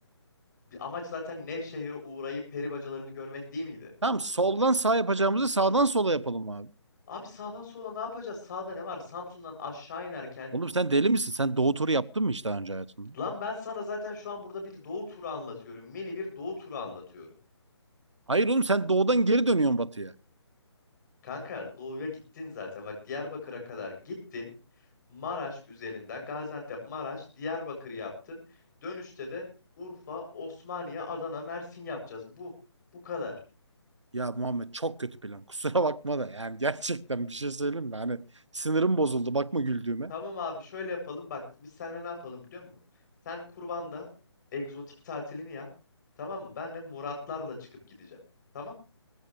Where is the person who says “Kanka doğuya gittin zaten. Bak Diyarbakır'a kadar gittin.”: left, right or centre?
Left